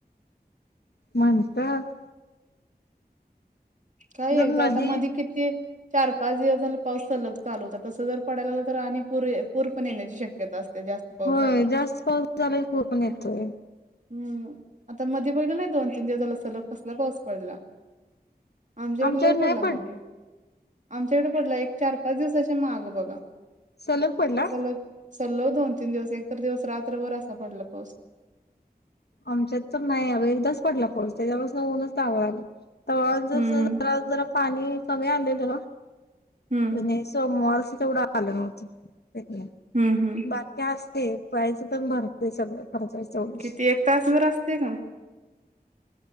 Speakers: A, on the left (about 75°); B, on the right (about 45°).
A: म्हणत्यात-
B: काय
A: जर
B: एकदा
A: नदी
B: आता मधी किती- चार, पाच दिवस झाला पाऊस सलग चालू होता, तस जर पडाय लागला तर आणि पुर पूर पण येण्याची शक्यता असते जास्त. पाऊस
A: होय,
B: झाला की
A: जास्त पाऊस झाला क को <unintelligible> पण
B: हम्म
A: येतोय.
B: हम्म, आता मध्ये पहिला नाही दोन, तीन दिवस झाला सलग कसला पाऊस पडला? आमच्याकड
A: आमच्याकडे
B: लय पडला
A: नाही
B: मधी, आमच्याकडे पडला एक चार- पाच दिवसांच्या माग बघा,
A: सलग पडला
B: सलग- सलग दोन, तीन दिवस एक तर दिवस रात्रभर असा पडला पाऊस.
A: आमच्यात तर नाही ह, एकदाच पडला पाऊस त्याच्यावर उनच लागालय. तर जस
B: हम्म
A: जरा, जरा, पाणी कमी आलेल.
B: हम्म.
A: नाही, सोमवारच तेवढं आलं होतं.
B: हम्म. हम्.
A: बाक्या असते, पळायचं पण भरते सगळं खर्चाच्या वढेस.
B: किती एक तासभर असते का?